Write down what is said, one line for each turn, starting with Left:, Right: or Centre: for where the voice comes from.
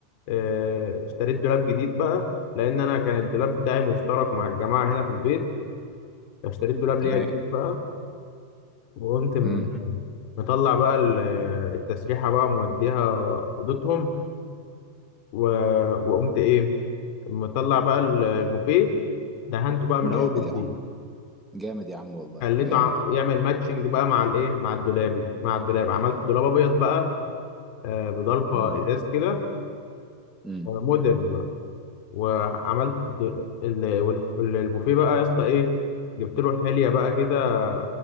Left: آه، اشتريت دولاب جديد بقى لان انا كان الدولاب بتاعي مشترك مع الجماعه هنا في البيت اشتريت دولاب
Centre: تمام
Left: ليا جديد بقى وقمت م-
Centre: امم
Left: مطلع بقى ال- التسريحه بقى موديها اوضتهم و- وقمت ايه مطلع بقى ال- البوفيه دهنته بقى من
Centre: جامد
Left: اول وجديد
Centre: يا عم جامد يا عم والله
Left: خليته
Centre: جامد
Left: ع- يعمل ماتشنج بقى مع الايه مع الدولاب مع الدولاب عملت دولاب ابيض بقى آه، بضلفه
Centre: امم
Left: ازاز كده
Centre: امم
Left: مودرن وعملت د- ال- وال- البوفيه بقى يا اسطى ايه جبت له حليه بقى كده